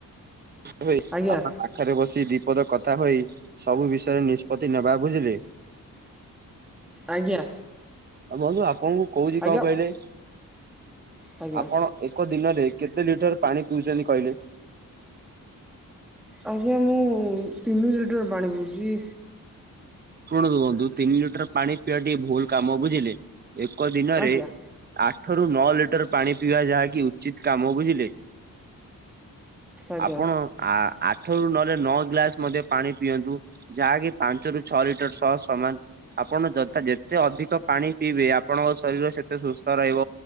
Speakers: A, on the right; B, in the centre.
A: ହଁ ଭାଇ
B: ଆଜ୍ଞା
A: ଆମ ପାଖରେ ବସି ଦୀପଦ କଥା ହୋଇ। ସବୁ ବିଷୟରେ ନିଷ୍ପତ୍ତି ନବା ବୁଝିଲେ।
B: ଆଜ୍ଞା
A: ଆଉ ବନ୍ଧୁ ଆପଣଙ୍କୁ କୋହୁଚି
B: ଆଜ୍ଞା
A: କଣ କହିଲେ।
B: ଆଜ୍ଞା
A: ଆପଣ ଏକ ଦିନରେ କେତେ ଲିଟର ପାଣି ପିଉଚନ୍ତି କହିଲେ?
B: ଆଜ୍ଞା ମୁଁ ତିନି ଲିଟର ପାଣି ପିଉଚି।
A: ଶୁଣନ୍ତୁ ବନ୍ଧୁ ତିନି ଲିଟର ପାଣି ପିଇବା ଟିକେ ଭୁଲ କାମ ବୁଝିଲେ ଏକ ଦିନରେ
B: ଆଜ୍ଞା
A: ଆ ଆଠରୁ ନଅ ଲିଟର ପାଣି ପିଇବା ଯାହାକି ଉଚିତ କାମ ବୁଝିଲେ।
B: ଆଜ୍ଞା
A: ଆପଣ ଆ ଆଠରୁ ନହେଲେ ନଅ ଗ୍ଲାସ ମଧ୍ୟ ପାଣି ପିଅନ୍ତୁ ଯାହାକି ପାଞ୍ଚରୁ ଛଅ ଲିଟର ସହ ସମାନ। ଆପଣ ଯଥା ଯେତେ ଅଧିକ ପାଣି ପିଇବେ ଆପଣଙ୍କ ଶରୀର ସେତେ ସୁସ୍ଥ ରହିବ।